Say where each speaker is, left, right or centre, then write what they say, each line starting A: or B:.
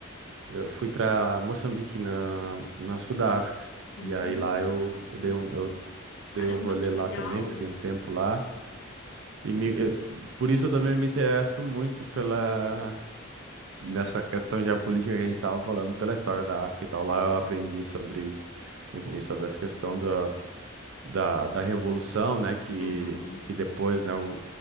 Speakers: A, on the right; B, on the left.
A: eu fui para Moçambique, na, na sul da África.
B: Hum,
A: E aí lá eu, eu dei um, eu
B: caramba,
A: dei um rolê
B: que
A: lá
B: legal.
A: também, fiquei um tempo lá. E me- eu- por isso eu também me interesso muito pela, nessa questão geopolítica que a gente estava falando pela história da África e tal, lá eu aprendi sobre, enfim, sobre essa questão da, da, da revolução, né, que,
B: Uhum,
A: que depois, né, o,